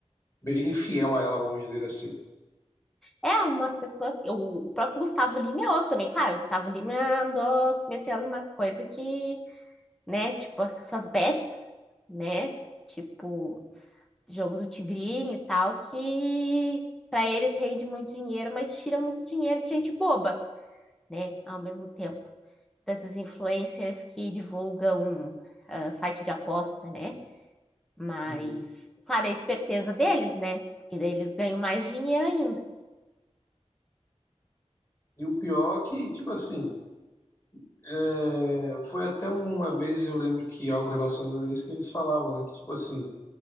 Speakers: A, on the left (about 25°); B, in the centre.
A: bem fiel a ela, vamos dizer assim.
B: É, umas pessoas. eu- O próprio Gustavo Lima é outro também. Claro, o Gustavo Lima andou se metendo em umas coisas que, né, tipo, essas bets, né? Tipo, jogo do Tigrinho e tal, que para eles rende muito dinheiro, mas tira muito dinheiro de gente boba, né? Ao mesmo tempo, desses influencers que divulgam ah, site de aposta, né? Mas,
A: Uhum.
B: claro, é a esperteza deles, né? Porque daí eles ganham mais dinheiro ainda.
A: E o pior é que, tipo assim, É, foi até uma vez, eu lembro que algo relacionado a isso que eles falavam, né? Que tipo assim,